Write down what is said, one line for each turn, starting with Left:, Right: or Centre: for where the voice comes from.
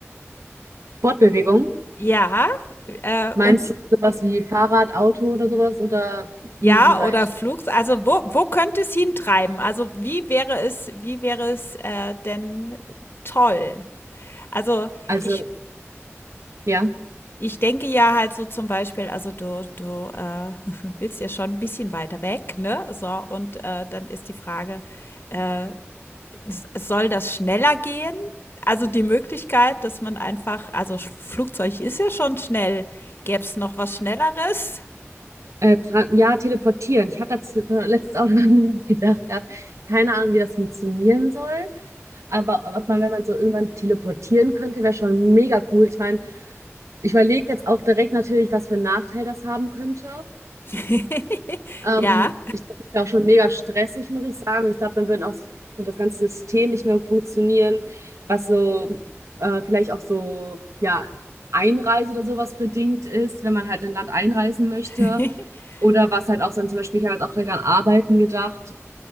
Right: Fortbewegung.
Left: Ja, äh,
Right: Meinst
Left: und
Right: du sowas wie Fahrrad, Auto oder sowas? Oder
Left: ja,
Right: inwieweit?
Left: oder Flugs also, wo wo könnte es hintreiben? Also, wie wäre es wie wäre es, äh, denn toll? Also,
Right: Also,
Left: ich
Right: ja.
Left: Ich denke ja halt so zum Beispiel, also du du, äh, <laughs> willst ja schon ein bisschen weiter weg, ne? So, und, äh, dann ist die Frage, äh, s soll das schneller gehen? Also, die Möglichkeit, dass man einfach also, Sch Flugzeug ist ja schon schnell. Gäb's noch was Schnelleres?
Right: Äh, tra- ja, teleportieren. Ich habe dazu äh, letztes auch noch <laughs> gedacht gehabt. Keine Ahnung, wie das funktionieren soll. Aber ob man, wenn man so irgendwann teleportieren könnte, wäre schon mega cool. Ich meine, ich überlege jetzt auch direkt natürlich, was für einen Nachteil das haben könnte.
Left: <laughs>
Right: Ähm,
Left: Ja.
Right: ich glaube, das ist ja auch schon mega stressig, muss ich sagen. Und ich glaube, dann würde auch so das ganze System nicht mehr funktionieren, was so äh, vielleicht auch so, ja, Einreise oder sowas bedingt ist, wenn man halt in ein Land einreisen möchte.
Left: <laughs>
Right: Oder was halt auch dann zum Beispiel, ich habe jetzt auch direkt an Arbeiten gedacht,